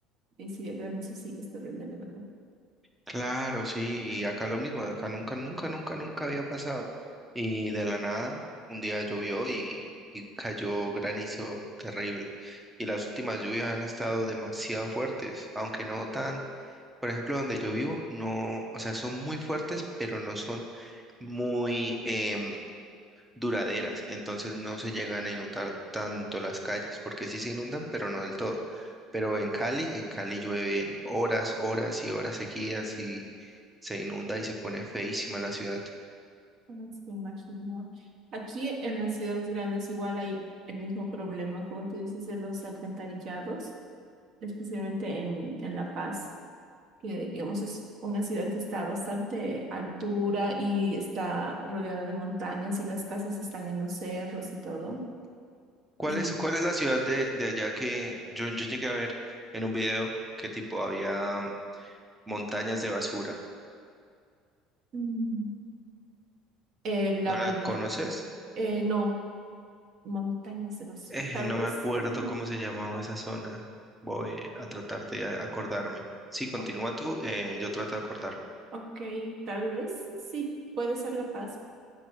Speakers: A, on the right (about 40°); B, in the centre.
A: Y sí, el granizo sí es terrible, de verdad.
B: Claro, sí, y acá lo mismo, acá nunca, nunca, nunca, nunca había pasado. Y de la nada, un día llovió y, y cayó granizo terrible. Y las últimas lluvias han estado demasiado fuertes, aunque no tan, por ejemplo, donde yo vivo, no, o sea, son muy fuertes, pero no son muy, em, duraderas, entonces no se llegan a inundar tanto las calles, porque sí se inundan, pero no del todo. Pero en Cali, en Cali llueven horas, horas y horas seguidas y se inunda y se pone feísima la ciudad.
A: No me imagino. Aquí en las ciudades grandes igual hay el mismo problema, como tú dices, de los alcantarillados. especialmente en, en La Paz, que digamos es una ciudad que está a bastante altura y está rodeada de montañas y las casas están en los cerros y todo.
B: ¿Cuál
A: Y
B: es, cuál es la ciudad de, de allá que yo, yo llegué a ver en un video que tipo había mm, montañas de basura?
A: mm, eh, la
B: ¿No
A: verdad,
B: la conoces?
A: eh, no, montañas de vacío,
B: Eh,
A: tal
B: no
A: vez,
B: me acuerdo
A: mm,
B: cómo se llamaba esa zona. Voy a tratar de a- acordarme. Sí, continúa
A: o-
B: tú, eh, yo trato de acordar.
A: ok, tal vez sí, puede ser La Paz,